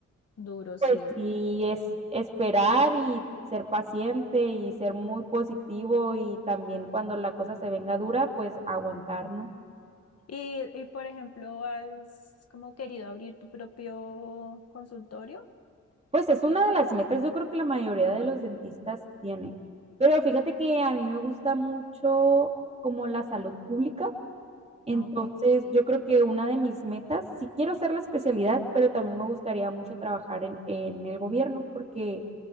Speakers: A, on the left; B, on the right.
A: duro,
B: pues
A: sí.
B: sí, es esperar y ser paciente y ser muy positivo y también cuando la cosa se venga dura, pues aguantar, ¿no?
A: Y, y por ejemplo, ¿has como querido abrir tu propio consultorio?
B: Pues es una de las metas, yo creo que la mayoría
A: Ajá.
B: de los dentistas tiene. Pero fíjate que a mí me gusta mucho como la salud pública Entonces,
A: Ok. Sí.
B: yo creo que una de mis metas, sí quiero hacer la especialidad, pero también me gustaría mucho trabajar en, en el gobierno, porque